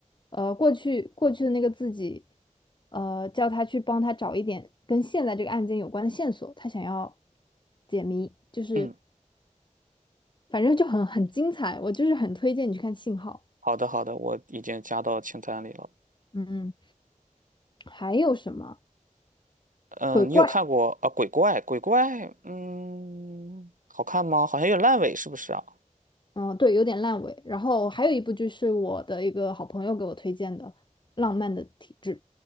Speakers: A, on the left; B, on the right.
A: 呃，过去过去的那个自己，呃，叫他去帮他找一点跟现在这个案件有关的线索，他想要解谜，就是
B: 嗯，
A: 反正就很很精彩，我就是很推荐你去看《信号》。
B: 好的好的，我已经加到清单里了。
A: 嗯，还有什么
B: 嗯，
A: 鬼怪？
B: 你有看过啊？鬼怪，鬼怪，嗯，好看吗？好像有点烂尾，是不是啊？
A: 嗯，对，有点烂尾。然后还有一部就是我的一个好朋友给我推荐的《浪漫的体质》，